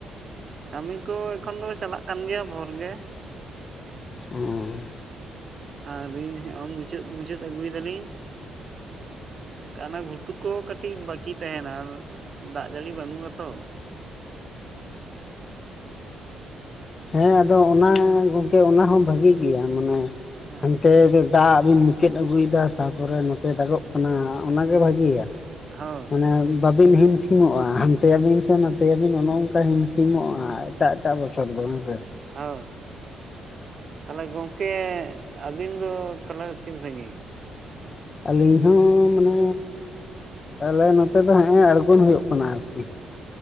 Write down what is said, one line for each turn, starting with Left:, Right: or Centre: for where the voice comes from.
Right: ᱠᱟᱹᱢᱤ ᱠᱚ ᱮᱠᱷᱚᱱ ᱫᱚ ᱪᱟᱞᱟᱜ ᱠᱟᱱ ᱜᱮᱭᱟ ᱵᱷᱳᱨ ᱜᱮ᱾
Left: ᱚ᱾
Right: ᱟᱣᱨᱤ ᱦᱚᱸᱜ-ᱚ ᱢᱩᱪᱟᱹᱫ ᱢᱩᱪᱟᱹᱫ ᱟᱹᱜᱩᱭ ᱫᱟᱞᱤᱧ᱾ ᱠᱟ ᱥᱱᱟ ᱜᱷᱩᱴᱩ ᱠᱚ ᱠᱟᱹᱴᱤᱡ ᱵᱟᱠᱤ ᱛᱟᱦᱮᱱᱟ᱾ ᱫᱟᱜ ᱡᱟᱹᱲᱤ ᱵᱟᱹᱱᱩᱜ-ᱟ ᱛᱚ᱾
Left: ᱦᱮᱸ ᱟᱫᱚ ᱚᱱᱟ ᱜᱚᱝᱠᱮ ᱚᱱᱟ ᱦᱚᱸ ᱵᱷᱟᱜᱤ ᱜᱮᱭᱟ ᱢᱟᱱᱮ
Right: ᱦᱮᱸ
Left: ᱦᱟᱱᱛᱮ ᱫᱚ ᱞᱟᱦᱟᱜ ᱵᱤᱱ ᱢᱩᱪᱟᱹᱫ ᱟᱹᱜᱩᱭᱮᱫᱟ ᱛᱟᱯᱚᱨᱮ ᱱᱚᱛᱮ ᱫᱟᱜᱚᱜ ᱠᱟᱱᱟ ᱚᱱᱟᱱᱟᱜᱮ ᱵᱷᱟᱜᱮᱤᱭᱟ᱾
Right: ᱦᱳᱭ
Left: ᱢᱟᱱᱮᱼᱼ ᱵᱟᱵᱤᱱ ᱦᱤᱢᱤᱥᱢᱚᱜᱼᱟ ᱦᱟᱱᱛᱮᱭᱟ ᱵᱤᱱ ᱥᱮ ᱱᱟᱛᱮᱭᱟ ᱵᱤᱱ ᱚᱱᱮ ᱚᱱᱠᱟ ᱦᱤᱢ ᱥᱤᱢᱚᱜᱼᱟ᱾ ᱮᱴᱟᱜ ᱮᱴᱟᱜ ᱵᱚᱪᱷᱚᱨ ᱫᱚ ᱦᱮᱸ ᱥᱮ
Right: ᱦᱚ ᱛᱟᱦᱚᱞᱮ ᱜᱚᱝᱠᱮ ᱟᱹᱵᱤᱱ ᱫᱚ ᱛᱟᱦᱚᱞᱮ ᱛᱤᱱ ᱥᱟᱹᱜᱤᱧ?
Left: ᱟᱹᱞᱤᱧ ᱦᱚᱸ ᱢᱟᱱᱮ ᱟᱞᱮ ᱱᱚᱛᱮ ᱫᱚ ᱦᱟᱸᱜ ᱟᱬᱜᱚᱱ ᱦᱩᱭᱩᱜ ᱠᱟᱱᱟ ᱟᱨᱠᱤ᱾